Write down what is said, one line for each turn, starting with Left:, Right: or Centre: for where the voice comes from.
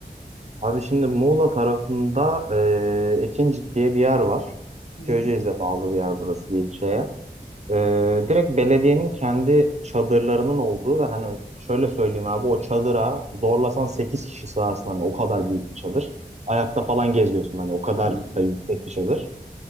Right: Abi şimdi Muğla tarafında e, Ekincik diye bir yer var.
Left: Hı
Right: Köyceğiz'e
Left: hı.
Right: bağlı bir yer burası bir ilçeye. Ee, direkt belediyenin kendi çadırlarının olduğu ve hani şöyle söyleyeyim abi o çadıra zorlasan 8 kişi sığarsın hani o kadar büyük bir çadır. Ayakta falan geziyorsun hani o kadar
Left: Anladım.
Right: da yüksek bir çadır.